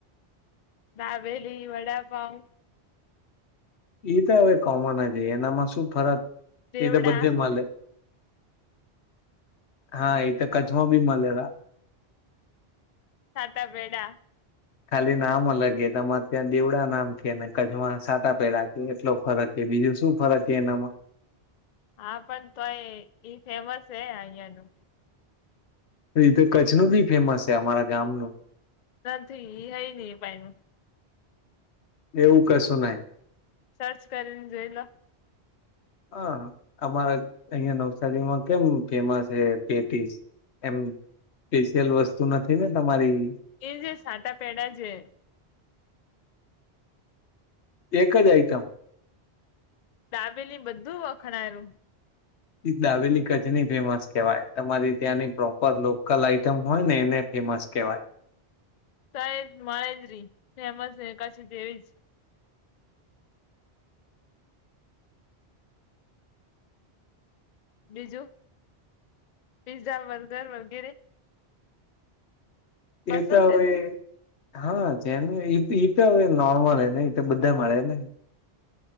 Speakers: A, on the left (about 55°); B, on the left (about 80°).
A: દાબેલી, વડાપાવ.
B: એ તો હવે કોમન જ એનામાં શું ફરક
A: દેવડા
B: એ તો બધે મળે. હા એ તો કચ્છમાં બી મળેલા.
A: સાતા બેડા.
B: ખાલી નામ અલગ એ તમારે ત્યાં દેવડા નામ કે ને કચ્છમાં સાટા પેડા કે એટલો ફરક એ. બીજું શું ફરક છે એનામાં.
A: હા પણ તોય ઈ ફેમસ છે અહિયાંનું.
B: એ રીતે કચ્છનું બી ફેમસ છે અમારા ગામનું.
A: નથી એ હૈ નહીં એ પાઈનું.
B: એવું કશું નહી.
A: સર્ચ કરી નિ જોઇ લો.
B: હા હ અમારા અહીંયા નવસારીમાં કેમ ફેમસ હે પેટીસ. એમ સ્પેશિયલ વસ્તુ નથી ને તમારી.
A: એ જે સાટા પેડા છે.
B: એક જ આઈટમ.
A: ડાબેલી બધું વખણાયરૂ.
B: દાબેલી કરછની ફેમસ કેવાય તમારી ત્યાંની પ્રોપર લોકલ આઈટમ હોય ને એને ફેમસ કેવાય.
A: તએજ મળેજ રિ ફેમસ હે કરછ જેવી જ. બીજું, પીઝા બર્ગર વગેરે. પસંદ
B: એ તો હવે
A: હે
B: હા જેને ઈત ઇત હવે નોર્મલ હ ને એ તો બધા મળે ને.